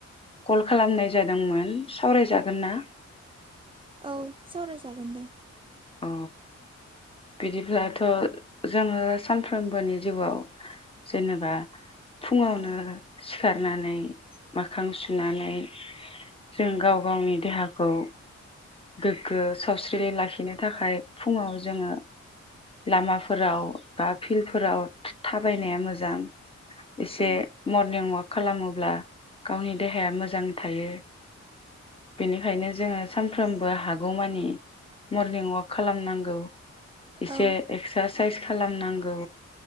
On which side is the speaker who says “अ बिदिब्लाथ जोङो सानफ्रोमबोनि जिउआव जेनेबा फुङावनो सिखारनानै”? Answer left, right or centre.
Left